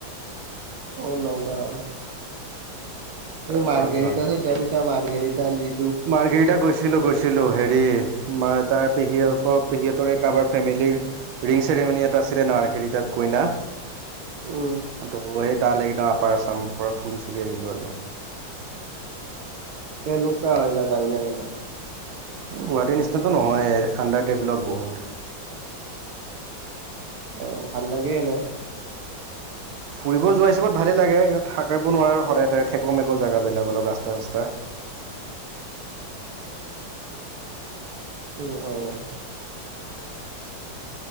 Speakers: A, on the right; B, on the right.
A: অ, নগাঁও।
B: তাৰ
A: ত, মাৰ্ঘেৰিটা
B: পৰা যোৱা নাই
A: লৈ
B: আৰু
A: যায় পাইছা, মাৰ্ঘেৰিটা লি
B: মাৰ্ঘেৰিটা গৈছ গৈছিলোঁ, গৈছিলোঁ, হেৰি মা তাৰ পেহীকৰ, পেহীহঁতৰে কাৰোবাৰ ফেমিলিৰ ৰিং চেৰিমনী এটা আছিলে না, মাৰ্ঘেৰিটাত কইনা।
A: অ,
B: ত, গৈয়ে তালৈ একদম, আপাৰ আছামৰ পৰা ফুৰি-চুৰি আহিলোঁ আৰু।
A: কেনেকুৱা হয়, জেগা বিলাক এনেই?
B: গুৱাহাটীৰ নিচিনাটো নহয়েই, আণ্ডাৰ ডেভলপ বহুত।
A: অ, ভাল লাগে এনে।
B: ফুৰিব যোৱা হিচাপত ভালেই লাগে। কিন্তু থাকিব নোৱাৰি সদায় তাৰে ঠেকু' মেকু' জেগা বিলাক অলপ ৰাস্তা, ৰাস্তা।
A: ওম অঁ।